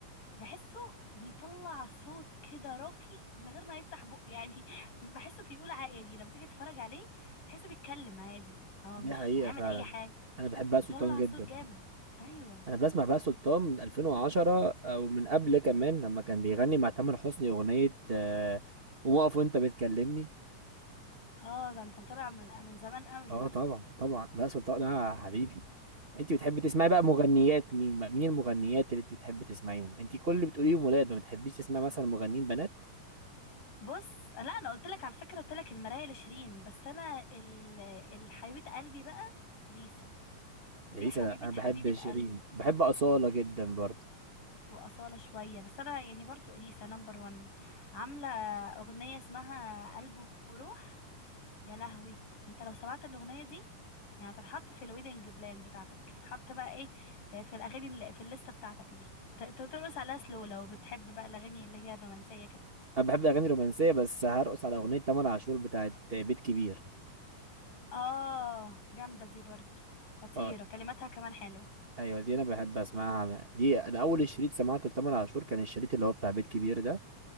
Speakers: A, on the left; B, on the right.
A: بحسه بيطلع صوت كده راقي من غير ما يفتح بقه يعني <laughs> بحسه بيقول عادي لما تيجي تتفرج عليه تحسه بيتكلم عادي هو
B: دي
A: مش
B: حقيقه
A: عامل
B: فعلا
A: اي حاجة
B: انا بحب بهاء سلطان
A: يطلع
B: جدا
A: صوت جامد ايوه
B: انا بسمع بقى سلطان من 2010 او من قبل كمان لما كان بيغني مع تامر حسني اغنيه آه، قوم اقف وانت بتكلمني
A: اه ده انت متابع من من زمان قوي
B: اه
A: بقى
B: طبعا طبعا بقى سلطان ده حبيبي انت بتحبي تسمعي
A: آه.
B: بقى مغنيات مين بقى مين المغنيات اللي انت بتحبي تسمعيهم انت كل اللي بتقوليهم ولاد ما بتحبيش تسمعي مثلا مغنيين بنات
A: بص لا انا قلت لك على فكرة قلت لك المراية لشيرين بس انا ال- الحبيبة قلبي بقى اليسا دي
B: اليسا
A: حبيبة
B: لا انا بحب
A: حبيبة
B: شيرين
A: قلبي
B: بحب اصاله جدا برضه
A: وأصالة شوية بس أنا يعني برضو إليسا نمبر ون عاملة أغنية اسمها قلب وروح يا لهوي انت لو سمعت الاغنيه دي يعني هتتحط في الويدنج بلان بتاعتك اتحط بقى ايه ت- في الاغاني اللي في الليسته بتاعتك دي ت- ت- ترقص عليها سلو لو بتحب بقى الاغاني اللي هي الرومانسيه كده
B: انا بحب الاغاني الرومانسيه بس هرقص على اغنيه تامر عاشور بتاعت بيت كبير
A: اه جامده دي برضو خطيره
B: اه
A: كلماتها كمان حلوه
B: ايوه دي انا بحب اسمعها دي انا اول شريط سمعته لتامر عاشور كان الشريط اللي هو بتاع بيت كبير ده